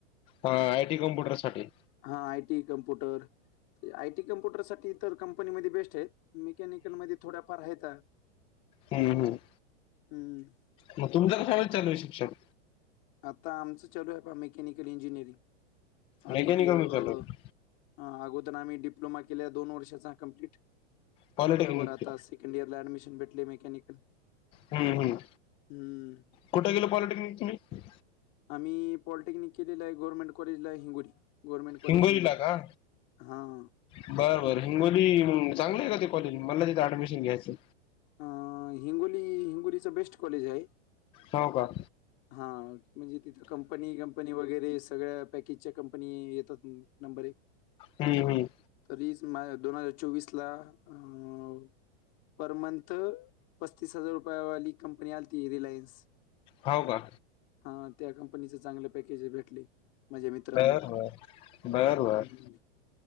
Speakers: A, on the left; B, on the left.
A: ह आय टी कॉम्प्युटर साठी.
B: हा आयटी कम्प्युटर. आयटी कम्प्युटर साठी तर कंपनीमध्ये बेस्ट आहेत. मेकॅनिकलमध्ये थोड्याफार आहेत.
A: हम् हम.
B: हमं.
A: मग तुमचा कसा होईल चालू आहे शिक्षक?
B: आता आमचं चालू आहे. प मेकॅनिकल इंजिनिअरिंग. आम्ही
A: मेकॅनिकल
B: गय
A: मध्ये चालू आहे
B: हा अगोदर आम्ही डिप्लोमा केल्या दोन वर्षाचा कंप्लीट.
A: पॉलिटेक्निक
B: त्यावर आता से कंड इयर ला ॲडमिशन भेटली मेकॅनिकल
A: हम्म हम्म.
B: हम्म.
A: कुठ केल पॉलिटेक्निक तुम्ही?
B: आम्ही पॉलिटेक्निक केलेला आहे गव्हर्नमेंट कॉलेजला आहे हिंगोली. गव्हर्नमेंट कॉलेज
A: हिंगोली ला का.
B: हां
A: बरं बर हिंगोली चांगलं आहे का ते कॉलेज? मला तिथे ऍडमिशन घ्यायचं.
B: अ हिंगोली हिंगोलीच बेस्ट कॉलेज आहे.
A: हो का.
B: हा म्हणजे तिथं कंपनी. कंपनी वगैरे सगळ्या पॅकेजच्या कंपनी येतात नंबर एक <unintelligible>
A: हम्म हम्.
B: तरीच माझ्या दोन हजार चोवीस ला अं पर मंथ पस्तीस हजार रुपयावाली कंपनी आलती रिलायन्स.
A: हो का.
B: हा त्या कंपनीच चांगले पॅकेज भेटले. माझ्या मित्रांना
A: बरबरं बरबर.
B: हम्म.